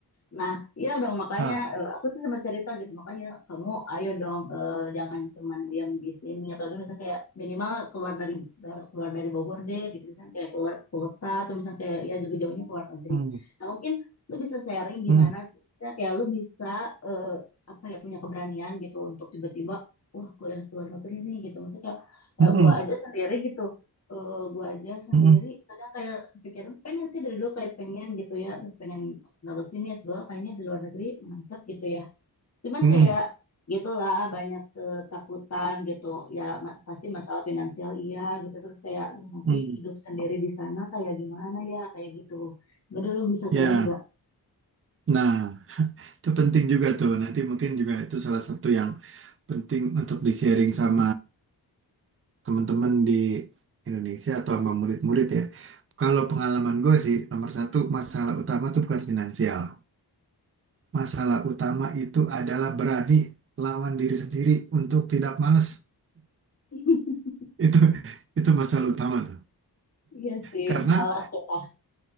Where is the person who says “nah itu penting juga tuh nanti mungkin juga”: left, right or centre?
Right